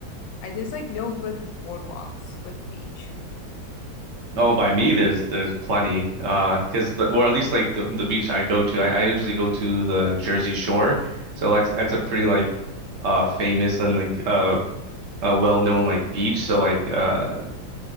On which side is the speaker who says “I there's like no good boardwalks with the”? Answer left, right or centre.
Left